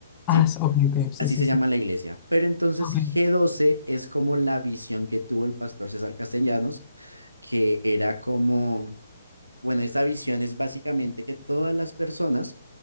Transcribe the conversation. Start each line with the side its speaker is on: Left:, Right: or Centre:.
Right: ¿sí?
Left: Ah, s- ok, ok, sí,
Right: Así
Left: sí,
Right: se
Left: sí.
Right: llama la iglesia. Pero entonces
Left: Ok.
Right: g doce es como la visión que tuvo el pastor César Castellanos, que era como Bueno, esta visión es básicamente que todas las personas